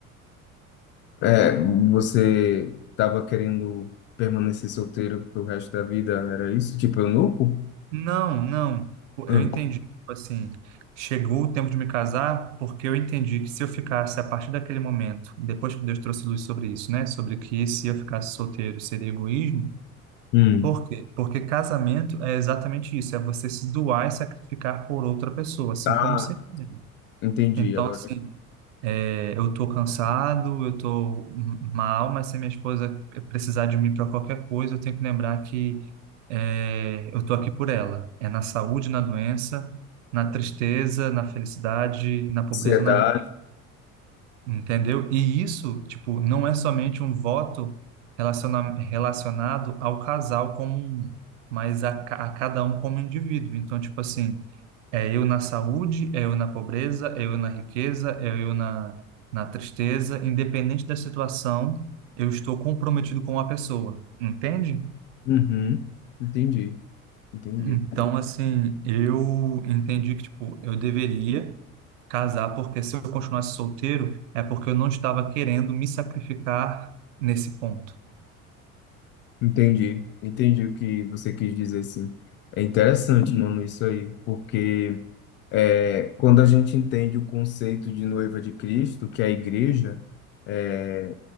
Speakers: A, on the left; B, on the right.
A: É, você tava querendo permanecer solteiro pro resto da vida, era isso? Tipo, eunuco?
B: Não, não.
A: Ah,
B: Eu entendi, tipo assim, chegou o tempo de me casar, porque eu entendi que se eu ficasse a partir daquele momento, depois que Deus trouxe luz sobre isso, né? Sobre que se eu ficasse solteiro seria egoísmo.
A: hum.
B: Por quê? Porque casamento é exatamente isso, é você se doar e sacrificar por outra pessoa, assim
A: Tá,
B: como você. é.
A: entendi.
B: Então,
A: Agora,
B: assim,
A: é
B: é, eu tô cansado, eu tô mal, mas se minha esposa precisar de mim para qualquer coisa, eu tenho que lembrar que é, eu tô aqui por ela. É na saúde, na doença, na tristeza, na felicidade, na pobreza,
A: ansiedade.
B: na riqueza. Entendeu? E isso, tipo, não é somente um voto relaciona relacionado ao casal como um, mas a, ca- a cada um como indivíduo. Então, tipo assim, é eu na saúde, é eu na pobreza, é eu na riqueza, é eu na, na tristeza, independente da situação, eu estou comprometido com a pessoa, entende?
A: Uhum. Entendi, entendi.
B: Então, assim, eu entendi que, tipo, eu deveria casar, porque se eu continuasse solteiro, é porque eu não estava querendo me sacrificar nesse ponto.
A: Entendi, entendi o que você quis dizer, sim. É interessante, mano, isso aí, porque é, quando a gente entende o conceito de noiva de Cristo, que é a igreja, é,